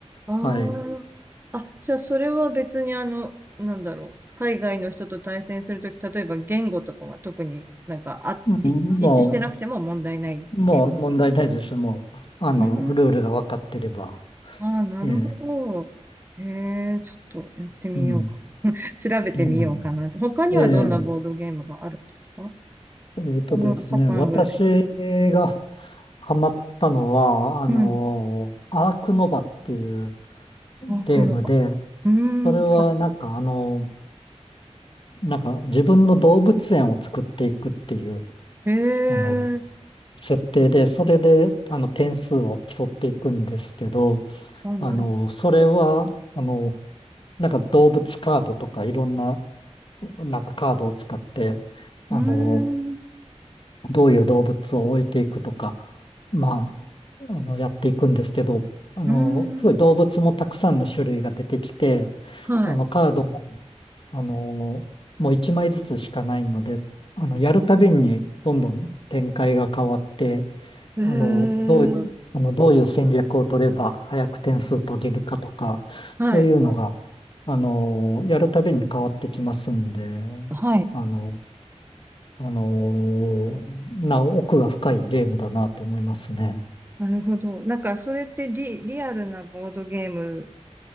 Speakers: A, on the right; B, on the left.
A: ああ。
B: はい。
A: あ、じゃあそれは別にあの、なんだろう。海外の人と対戦するとき、例えば言語とかは特になんか、あ、
B: うんも
A: い一致してなくても問題ないゲーム。
B: う、もう問題ないです。もう、あの、
A: うーん。
B: ルールが分かってれば。
A: ああ、なるほ
B: ええ。
A: ど。ええ、ちょっとやってみようかな。
B: うん。
A: 調べてみようかなと。
B: うん。
A: 他にはどんなボードゲームがあるんですか
B: ええ。えっとですね、
A: このパターンぐらい。
B: 私がハマったのは、あの、
A: うん。
B: アークノバっていう
A: あ、
B: ゲームで、
A: くのか。うーん。
B: それはなんかあの、
A: か、
B: なんか自分の動物園を作っていくっていう、
A: へ
B: あの、
A: え。
B: 設定で、それで、あの、点数を競っていくんですけど、
A: あ、なる
B: あの、それは、あの、なんか動物カードとかいろんな、なんかカードを使って、あの、
A: ほど。うーん。う
B: どういう動物を置いていくとか、まあ、あの、やっていくんですけど、あの、
A: ーん。
B: すごい動物もたくさんの種類が出てきて、
A: はい。
B: あの、カードも、あの、もう1枚ずつしかないので、あの、やるたびにどんどん展開が変わって、
A: へえ。
B: あの、どう、あの、どういう戦略を取れば早く点数取れるかとか、
A: はい。
B: そういうのが、あの、やるたびに変わってきますんで、
A: はい。
B: あの、あの、な、奥が深いゲームだなと思いますね。
A: なるほど。なんか、それってリ、リアルなボードゲーム